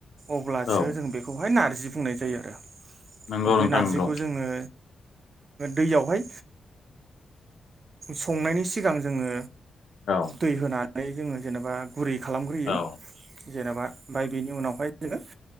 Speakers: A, on the right (about 45°); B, on the left (about 70°).
A: अब्लासो
B: औ
A: जों बेखौहाय नार नारजि बुंनाय जायो आरो
B: नंगौ
A: बे
B: नोंथां
A: नारजिखौ
B: नंगौ
A: जोङो दैयावहाय संनायनि सिगां जोङो
B: औ
A: दै होनानै जोङो जेनेबा गुरै खालामग्रोयो
B: औ
A: जेनेबा ओमफफ्राय बेनि उनावहाय जोङो